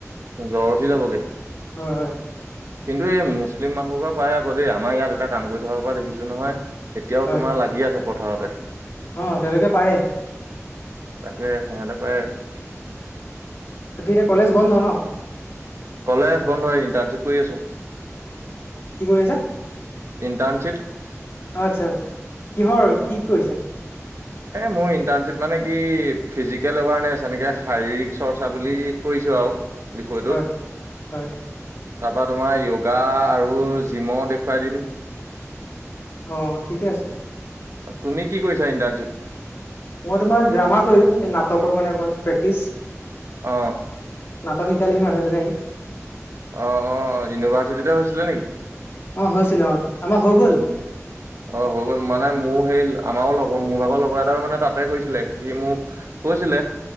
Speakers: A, on the right; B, on the left.
A: জ্বৰ উঠি যাবগে।
B: হয় হয়
A: কিন্তু এই মুছলিম মানুহ সোপা পায় আকৌ দেই আমাৰ ইয়াত এটা কাম কৰি থকাৰ সোপা দেখিছোঁ নহয়। এতিয়াও
B: হয়
A: তোমাৰ লাগি আছে পথাৰতে।
B: অ তেওঁলোকে পাৰে।
A: তাকে সিহঁতে পাৰে।
B: বাকী এতিয়া কলেজ বন্ধ ন?
A: কলেজ বন্ধ। ইণ্টাৰ্শ্বিপ কৰি আছো।
B: কি কৰি আছে?
A: ইণ্টাৰ্ণশ্বিপ
B: আচ্ছা- আচ্ছা, কিহৰ কি কৰিছে?
A: এই মোৰ ইণ্টাৰ্ণশ্বিপ মানে কি ফিজিকেল এৱাৰনেছ, এনেকে শাৰীৰিক চৰ্চা বুলি কৰিছো আৰু বিষয়টোত।
B: হয় হয়
A: তাৰপা তোমাৰ যোগা আৰু জিমো দেখুৱাই দিম।
B: অ, ঠিকে আছে।
A: তুমি কি কৰিছা এণ্টাৰ্ণশ্বিপ?
B: মই তোমাৰ ড্ৰামা কৰিলো, এই নাটকৰ মানে অকণমান প্ৰেক্টিচ
A: অহ।
B: নাটক শিকালেহি মানুহজনীয়ে আহি।
A: অ, অ, ইউনিভাৰ্চিটিতে হৈছিলে নেকি?
B: অ হৈছিলে অ, আমাৰ হৈ গ'ল।
A: অ হৈ গ'ল। মানে মোৰ সেই আমাৰো লগৰ মোৰ ভাগৰ লগৰ এটাও মানে তাতে কৰিছিলে। সি মোক কৈছিলে